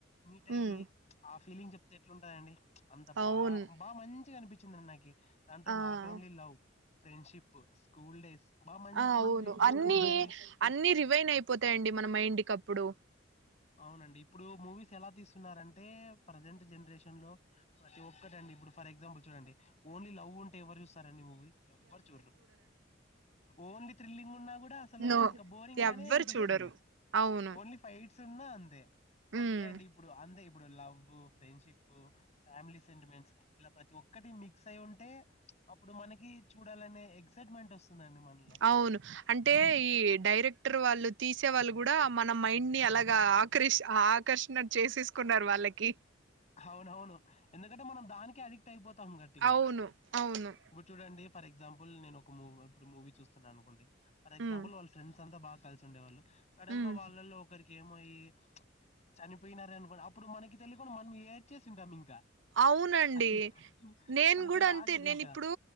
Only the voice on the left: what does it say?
మీటయ్యి
ప్చ్ ఆ ఫీలింగ్ జెప్తే ఎట్లుంటందండి ప్చ్ అంత
బా బా మంచిగనిపిచ్. నచ్చిందండి నాకి దట్
నాట్ only love friendship school days. బా మంచి
మూవీ బెస్ట్
మూవీ అండి
అవునండి ఇప్పుడు మూవీస్. ఎలా తీస్తున్నారంటే ప్రజెంట్ జెన్రేషన్ లో ప్రతి ఒక్కటండి ఇపుడు ఫర్ ఎగ్జాంపుల్ చూడండి. ఓన్లీ లవ్ ఉంటే ఎవరు జూస్తారండి మూవీ ఎవ్వరు జూడ్రు ఓన్లీ థ్రిల్లింగ్ ఉన్నా గుడ్. కూడ అసలు
ఇంకా బోరింగానే
అనిపిస్తుంది
ఓన్లీ ఫైట్స్. సున్నా అంతే అంతే
అండి ఇపుడు అంతే. ఇప్పుడు లవ్వు ఫ్రెండ్షిప్పు ఫ్యామిలీ సెంటిమెంట్స్ ఇలా ప్రతి ఒక్కటి మిక్స్ అయి ఉంటే ప్చ్. అప్పుడు మనకి చూడాలనే ఎగ్జాట్మెంట్ వొస్తుందండి మనలో.
అవునవును ఎందుకంటే మనం దాన్. మొత్తం గట్టింగా
ఇపుడు చూడండి. ఫర్ ఎగ్జాంపుల్ నేనొక మూవి ఇపుడు మూవీ చూస్తున్ననుకోండి ఫర్ఎగ్జాంపుల్
వాళ్ళ ఫ్రెండ్స్ అంత బాగా కాల్సుండే వాళ్ళు. సడన్గా
వాళ్ళలో ఒకరికేం. పోయి ప్చ్ చనిపోయినర్నుకొని అప్పుడు మనకి తెలీకుండా మనం ఏడ్చేసింటాం ఇంకా.
అతి
అసలు
ఆగదు
ఇంకా